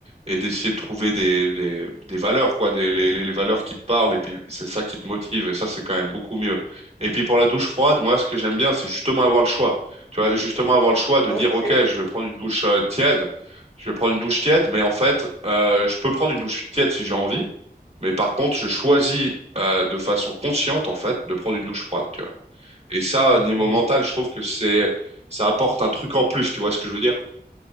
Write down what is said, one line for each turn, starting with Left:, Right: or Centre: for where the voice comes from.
Right: et d'essayer de trouver des, des, des valeurs, quoi, des, les, les les valeurs qui te parlent et puis c'est ça qui te motive et ça, c'est quand même beaucoup mieux. Et puis pour la douche froide, moi, ce que j'aime bien, c'est justement avoir le choix. Tu vois, justement avoir le choix de
Left: Ok.
Right: dire, OK, je vais prendre une douche euh, tiède, je vais prendre une douche tiède, mais en fait, euh, je peux prendre une douche tiède si j'ai envie, mais par contre, je choisis euh, de façon consciente, en fait, de prendre une douche froide, tu vois. Et ça,
Left: Mhm,
Right: niveau
Left: mhm.
Right: mental, je trouve que c'est, ça apporte un truc en plus, tu vois ce que je veux dire?